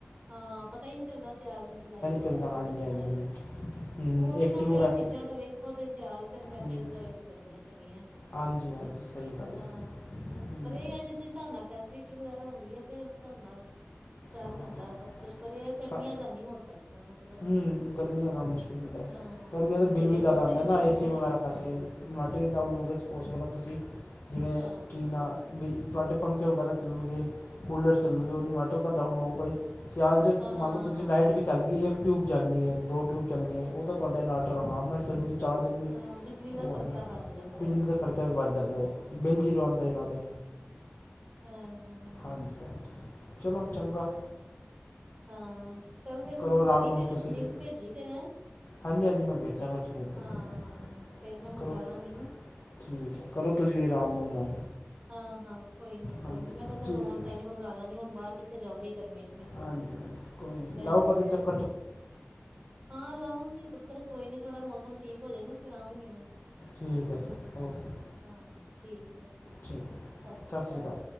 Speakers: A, on the right (about 25°); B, on the left (about 60°).
A: ਹਾਂ ਪਤਾ ਈ ਨੀ ਚੱਲਦਾ ਸਿਆਲ 'ਚ ਤੇ ਲਾਈਟ ਆ
B: ਚੱਲਦਾ
A: ਰੀ
B: ਹਾਂਜੀ
A: ਕਿ ਨਈ
B: ਹਾਂਜੀ
A: ਆ
B: ਹਾਂਜੀ
A: ਰੀ।
B: ਹੂੰ
A: ਓਹੀ
B: ਐਕਟਿਵ
A: ਨਾ ਕਈ
B: ਹੋ ਵੈਸੇ
A: ਚੀਜ਼ਾਂ ਤੇ ਵੇਖੋ ਤੇ ਸਿਆਲ ਚੰਗਾ,
B: ਹੂੰ
A: ਕਈ ਚੀਜ਼ਾਂ ਵੇਖੋ ਗਰਮੀਆਂ ਚੰਗੀਆਂ।
B: ਹਾਂਜੀ ਹਾਂਜੀ ਸਹੀ ਗੱਲ
A: ਹਾਂ
B: ਹੈ
A: ਓਹੀ ਨਾ,
B: ਹੂੰ
A: ਪਰ ਏ ਆ ਜਿਸ ਤੇ ਸਾਡੇ ਨਾਲ ਫੈਸਿਲਿਟੀ ਵਗੈਰਾ ਹੋ ਗੀ ਐ ਤੇ ਉਸ ਸਾਬ ਨਾਲ ਚੱਲ
B: ਹਾਂ
A: ਜਾਂਦਾ।
B: ਹਾਂ ਹਾਂ
A: ਸਭ ਕੁਛ ਪਰੇ ਆ ਕਰਮੀਆਂ
B: ਸਾ
A: ਦਾ ਨੀ ਹੋ ਸਕਦਾ ਮਤਲਬ।
B: ਹੂੰ ਗਰਮੀਆਂ ਦਾ ਮੁਸ਼ਕਿਲ ਹੁੰਦਾ,
A: ਹਾਂ
B: ਗਰਮੀਆਂ ਦਾ ਬਿੱਲ
A: ਜਦੋਂ
B: ਵੀ
A: ਇਨਵਰਟਰ
B: ਜ਼ਾਦਾ ਆਂਦਾ
A: ਹੀ
B: ਨਾ।
A: ਡਾਊਨ
B: ਏ
A: ਹੋ
B: ਸੀ ਵਗੈਰਾ
A: ਗਿਆ
B: ਕਰਕੇ
A: ਹਾਂ-ਹਾਂ,
B: ਇਨਵੈ ਰੇਟ ਡਾਊਨ ਹੋ ਗੇ ਸਪੋਜ ਕਰੋ ਤੁਸੀਂ, ਜਿਵੇਂ
A: ਹਾਂ-ਹਾਂ। ਹਾਂ,
B: ਕੀ
A: ਹਾਂ
B: ਨਾ ਵੀ ਤੁਆਡੇ ਪੰਖੇ ਵਗੈਰਾ ਚੱਲਣਗੇ, ਕੂਲਰ ਚੱਲਣਗੇ, ਔਰ ਇਨਵੈਟਰ ਤਾਂ ਡਾਊਨ ਹੋਊਗਾ ਈ। ਸਿਆਲ'ਚ
A: ਹਾਂ
B: ਮੰਨ ਲਓ ਤੁਸੀਂ ਲਾਈਟ ਵੀ ਚੱਲ ਗੀ, ਇਕ ਟਿਊਬ ਜਲਣੀ ਏ, ਦੋ ਟਿਊਬ ਚੱਲਣੀ ਏ, ਓ ਤਾਂ ਤੁਆਡੇ ਇ ਨਾਟਰ ਆਰਾਮ ਨਾਲ ਚੱਲੂਗੀ। ਚਾਰ ਦਿਨ ਵੀ
A: ਹਾਂ ਬਿਜਲੀ ਦਾ
B: ਓ
A: ਖ਼ਰਚਾ
B: ਆਏ ਨਾ
A: ਬਚ ਜਾਂਦਾ
B: ਬਿਜਲੀ
A: ਵਾ
B: ਦਾ ਖ਼ਰਚਾ। ਖਰਚਾ ਵੀ ਵੱਧ ਜਾਂਦਾ ਏ ਬਿਲ ਜ਼ੀਰੋ ਆਂਦੇ ਏਨਾ ਦੇ।
A: ਹਾਂ ਹਾਂ ਹਾਂ।
B: ਹਾਂਜੀ ਹਾਂਜੀ ਚਲੋ ਚੰਗਾ।
A: ਹਾਂ ਚੱਲ ਫੇਰ ਮੈਨੂੰ
B: ਕਰੋ ਆਰਾਮ
A: ਕਰੀ
B: ਰੂਮ
A: ਫੇਰ,
B: ਤੁਸੀਂ
A: ਲਿੰਕ
B: ਵੀ
A: ਭੇਜੀ ਫੇਰ ਹੈਂ।
B: ਹਾਂਜੀ ਹਾਂਜੀ ਮੈਂ ਭੇਜਾਂਗਾ ਜ਼ਰੂਰ ਭੇਜਾਂਗਾ
A: ਹਾਂ ਫੇਰ ਮੈਂ ਮੰਗਾ
B: ਕਰੋ
A: ਲਾਂਗੀ ਨਾ।
B: ਠੀਕ ਐ ਕਰੋ ਤੁਸੀਂ ਆਰਾਮ ਅਰੂਮ ਹੁਣ।
A: ਹਾਂ ਹਾਂ ਕੋਈ ਨੀ ਕੋਈ
B: ਹਾਂਜੀ
A: ਨੀ ਮੈਂ ਕਿਆ ਚਲ
B: ਠੀਕ
A: ਔਨਲਾਈਨ
B: ਹੈ,
A: ਈ ਮੰਗਾ ਲਾਂਗੀ, ਹੁਣ ਬਾਰ ਕਿੱਥੇ ਜਾਊਂਗੀ ਗਰਮੀ 'ਚ ਵੇਖਣ।
B: ਹਾਂਜੀ ਹਾਂਜੀ ਕੋਈ ਨੀ
A: ਲੈਣ
B: ਲਾਓ ਕਦੇ ਚੱਕ
A: ਹਾਂ ਲਾਊੰਗੀ ਪੁੱਤਰ ਕੋਈ ਨੀ ਥੋੜਾ ਮੌਸਮ ਠੀਕ ਹੋ ਜੇ ਨਾ, ਫੇਰ ਆਉਂਗੀ ਮੈਂ।
B: ਠੀਕ ਹੈ ਜੀ
A: ਅੱਛਾ
B: ਓਕੇ
A: ਹਾਂ ਠੀਕ ਵਧਿਆ
B: ਠੀਕ
A: ਸਾਸਰੀ
B: ਸਤਿ
A: ਕਾਲ।
B: ਸ਼੍ਰੀ ਅਕਾਲ